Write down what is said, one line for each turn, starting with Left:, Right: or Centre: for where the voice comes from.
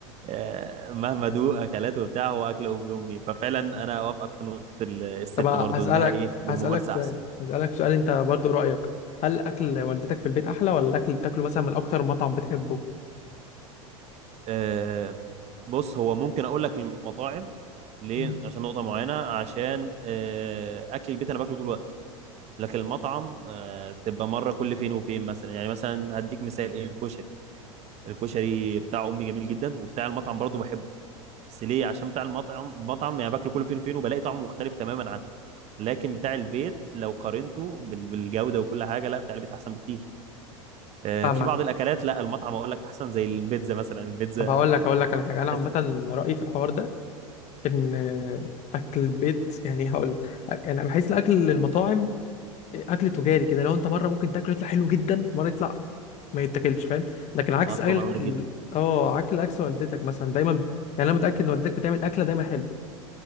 Right: آه، مهما دوق اكلات وبتاع هو اكل امي امي ففعلا انا اوافقك في نقطه ال- الست
Left: طب هسألك
Right: برضو انها ايه بالممارسه
Left: هسألك سؤال
Right: احسن
Left: هسألك سؤال انت برضو رأيك هل اكل والدتك في البيت احلى ولا الاكل اللي بتاكله مثلا من اكتر مطعم بتحبه
Right: آه، بص هو ممكن اقول لك المطاعم ليه
Left: مم.
Right: عشان نقطه معينه عشان آه، اكل البيت انا باكله طول الوقت لكن المطعم آه، تبقى مره كل فين وفين مثلا يعني مثلا هديك مثال ايه الكشري الكشري بتاع امي جميل جدا وبتاع المطعم برضه بحبه بس ليه عشان بتاع المطعم مطعم يعني باكله كل فين وفين وبلاقي طعمه مختلف تماما عنه لكن بتاع البيت لو قارنته بال- بالجوده وكل حاجه لا بتاع البيت احسن بكتير آه،
Left: فاهمك
Right: في بعض الاكلات لا المطعم اقول لك احسن زي البيتزا مثلا البيتزا
Left: طب هقول لك هقول لك على حاجه انا
Right: بحس
Left: عامه رايي في الحوار ده ان اكل البيت يعني هقول لك يعني بحس الاكل المطاعم اكل تجاري كده لو انت مره ممكن تاكله يطلع حلو جدا مره يطلع ما يتاكلش فاهم لكن عكس
Right: اه طبعا
Left: اكل
Right: وارد جدا
Left: اه اكل عكس والدتك مثلا دايما يعني انا متاكد ان والدتك بتعمل اكله دايما حلو